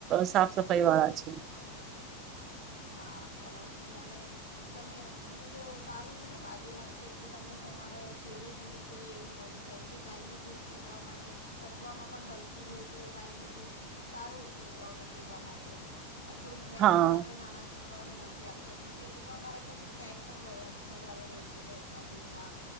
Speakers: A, on the right (about 35°); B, on the left (about 80°).
A: સાફ સફાઈ વાળા છે.
B: હા સરસ ને અને તમે તમને તો સારું છે ને બાજુમાં છે એટલે તમે તમારા જેવું દૂધ જોઈએ એવું મળી જાય કે ગાયનું દૂધ છોકરાઓ માટે પચવામાં પણ હલકું હોય તો ગાયનું દૂધ સારું છોકરાઓને પીવા માટે અ થોડુંક ભેંસનું
A: હા
B: આપણે નાના છોકરાઓને નથી આપતા કેમ કે એમાં મારા ખ્યાલથી ફેટ પણ વઘા વધારે હોય છે, ભેંસના દૂધમાં